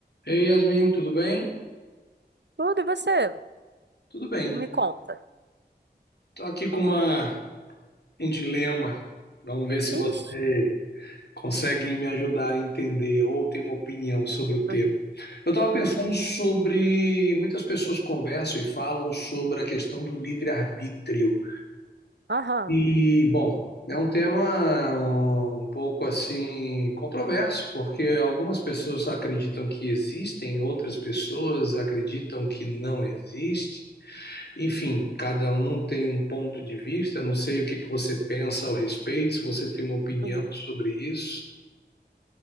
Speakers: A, on the left; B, on the right.
A: Ei, Yasmin, tudo bem?
B: Tudo, e você?
A: Tudo bem.
B: Me conta.
A: Tô aqui com uma, um dilema. Vamos ver se você
B: Ixi.
A: consegue me ajudar a entender ou ter uma opinião sobre o tema.
B: Uhum.
A: Eu estava
B: Uhum.
A: pensando sobre. Muitas pessoas conversam e falam sobre a questão do livre-arbítrio.
B: Aham.
A: E, bom, é um tema um pouco assim controverso, porque algumas pessoas acreditam que existem, outras pessoas acreditam que não existe. Enfim, cada um tem um ponto de vista. Não sei o que que você pensa ao respeito, se você tem uma opinião
B: Uhum.
A: sobre isso.